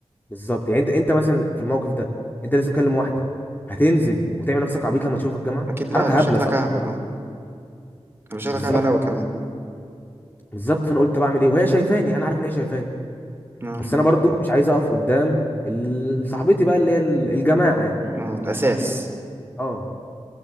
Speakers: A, on the left; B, on the right.
A: بالظبط يعني أنت أنت مثلا في الموقف ده أنت لسه بتكلم واحدة هتنزل وتعمل نفسك عبيط لما تشوفها في الجامعة
B: اكيد
A: حركة
B: لا يبقى شكلك
A: هبلة صح
B: اهبل اه يبقى شكلك
A: بالظبط
B: اهبل اوي كمان
A: بالظبط فأنا قلت بعمل إيه وهي شايفاني أنا عارف إن هي شايفاني
B: اه
A: بس أنا برضو مش عايز أقف قدام ال- صاحبتي بقى اللي هي ال- الجماعة يعني
B: اه الاساس
A: أه